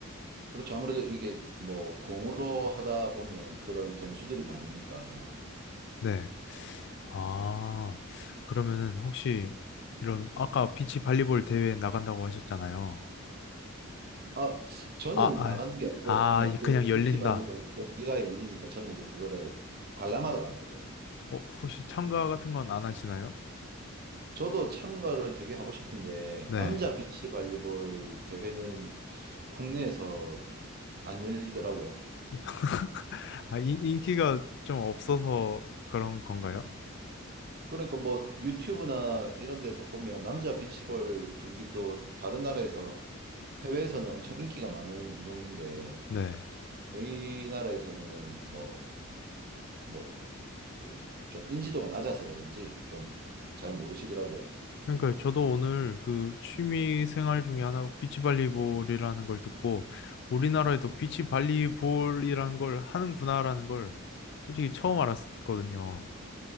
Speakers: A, on the right; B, on the left.
A: 그렇죠. 아무래도 이게 뭐 공으로 하다 보면 그런 변수들이 많으니까.
B: 네. 아, 그러면은 혹시 이런 아까 비치 발리볼 대회에 나간다고 하셨잖아요.
A: 아, 저는
B: 아, 아,
A: 나가는 게 아니고,
B: 아,
A: 네,
B: 이
A: 그
B: 그냥 열린다.
A: 비치 발리볼 경기가 열리니까 저는 이제 그거를 관람하러 가는 거죠.
B: 어, 혹시 참가 같은 건 안 하시나요?
A: 저도 참가를 되게 하고 싶은데,
B: 네.
A: 남자 비치 발리볼 대회는 국내에서 안 열리더라고요.
B: <laughs> 아, 이, 인기가 좀 없어서 그런 건가요?
A: 그러니까 뭐 유튜브나 이런 데서 보면 남자 비치볼 경기도 다른 나라에서 해외에서는 엄청 인기가 많은 운동인데,
B: 네.
A: 저희 나라에서는 뭐, 뭐, 그, 좀 인지도가 낮아서 그런지 좀 잘 모르시더라고요.
B: 그러니까 저도 오늘 그 취미 생활 중에 하나 비치발리볼이라는 걸 듣고 우리나라에도 비치발리볼이라는 걸 하는구나라는 걸 솔직히 처음 알았거든요.